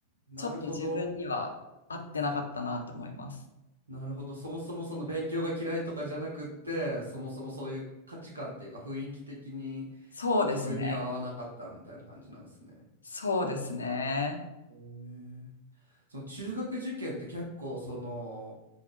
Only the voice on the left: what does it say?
ちょっと自分には合ってなかったなと思います。
そうですね。
そうですね。